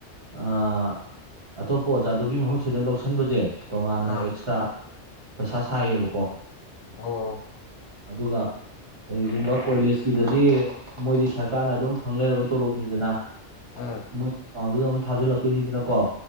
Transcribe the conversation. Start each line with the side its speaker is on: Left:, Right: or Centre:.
Right: ꯑꯥ ꯑꯇꯣꯞꯄ ꯑꯣꯖꯥꯗꯨꯒꯤ ꯃꯍꯨꯠ ꯁꯤꯗ ꯂꯧꯁꯤꯟꯕꯁꯦ ꯇꯣꯉꯥꯟꯅ
Left: ꯑꯥ
Right: ꯑꯦꯛꯁꯇ꯭ꯔꯥ ꯄꯩꯁꯥ ꯁꯥꯏꯌꯦꯕꯀꯣ
Left: ꯑꯣ
Right: ꯑꯗꯨꯒ ꯀꯔꯤꯒꯨꯝꯕ ꯀꯣꯂꯦꯖꯀꯤꯗꯗꯤ ꯃꯣꯏꯗꯤ ꯁꯔꯀꯥꯔꯅ ꯑꯗꯨꯝ ꯐꯪ ꯂꯩꯔꯕ ꯇꯣꯂꯣꯞꯅꯤꯗꯅ
Left: ꯎꯝ
Right: ꯃꯣꯏ ꯑꯀꯥꯎꯗꯨꯗ ꯑꯗꯨꯝ ꯊꯥꯖꯤꯜꯂꯛꯇꯣꯏꯅꯤꯗꯅꯀꯣ